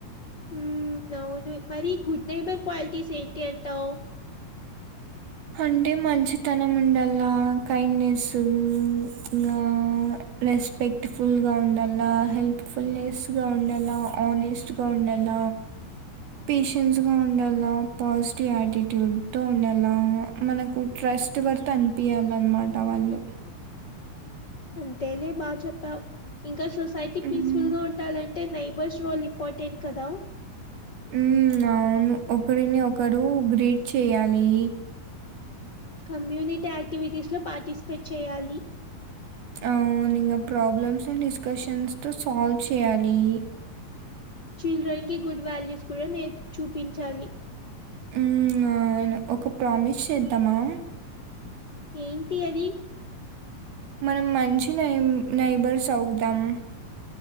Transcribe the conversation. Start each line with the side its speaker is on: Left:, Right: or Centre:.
Left: ఉమ్ అవును మరి గుడ్ నైబర్ క్వాలిటీస్ ఏంటి అంటావు
Right: అంటే మంచితనం ఉండాలా కైండ్నెస్ ఇంగా రెస్పెక్ట్ ఫుల్ గా ఉండాల హెల్ప్ ఫుల్నెస్ గా ఉండాల ఆనెస్ట్ గా ఉండా ల పేషన్స్ గా ఉండాల పాజిటివ్ యాటిట్యూడ్ తో ఉండాల మనకు ట్రస్ట్ వర్త్ అనిపియాలన్నమాట వాళ్ళు
Left: అంతేలే బాగా చెప్పావు ఇంకా సొసైటీ
Right: హ్మ్.
Left: పీస్ఫుల్ గా ఉండాలం టే నైబర్స్ రోల్ ఇంపార్టెంట్ కదా
Right: ఉమ్ అవును ఒకరిని ఒకరు గ్రీట్ చేయాలి
Left: కమ్యూనిటీ యాక్టివిటీస్లో పార్టిసిపేట్ చేయాలి
Right: అవును ఇంగా ప్రాబ్లమ్స్ అండ్ డిస్కషన్స్ తో సాల్వ్ చేయాలి
Left: చిల్డ్రన్ కి గుడ్ వాల్యూస్ కూడా నేర్ చూపించాలి
Right: ఉమ్ అవును ఒక ప్రామిస్ చేద్దామా
Left: ఏంటి అది
Right: మనం మంచి నై నైబర్స్ అవుదాం